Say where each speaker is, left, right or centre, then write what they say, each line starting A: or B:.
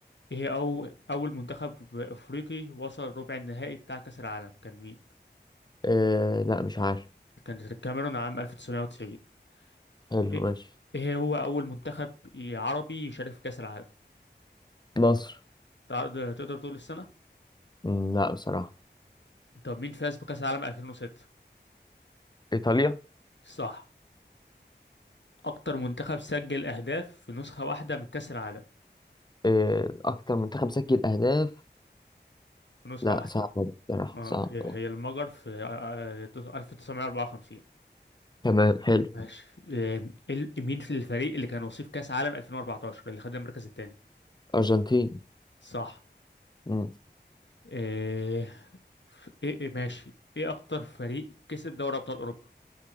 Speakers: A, on the left (about 85°); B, on the left (about 25°).
A: ايه هي أو أول منتخب أفريقي وصل ربع النهائي بتاع كأس العالم كان مين؟
B: آه، لا مش عارف
A: كانت الكاميرون عام 1990
B: حلو
A: ايه
B: ماشي
A: إيه هو أول منتخب عربي يشارك في كأس العالم؟
B: مصر
A: تقدر تقدر تقول السنة؟
B: مم، لا بصراحة
A: طب مين فاز بكأس العالم 2006؟
B: إيطاليا
A: صح أكتر منتخب سجل أهداف في نسخة واحدة من كأس العالم
B: آه، أكتر منتخب سجل أهداف
A: في نسخة
B: لا
A: واحدة
B: صعب بصراحة
A: اه
B: صعب
A: هي هي المجر في آه، آه، 1954
B: تمام حلو
A: ماشي آم، ال- مين في الفريق اللي كان وصيف كأس عالم 2014 اللي خد المركز الثاني
B: أرجنتين
A: صح
B: مم.
A: ايه ف- ايه إيه، ماشي ايه اكتر فريق كسب دوري ابطال اوروبا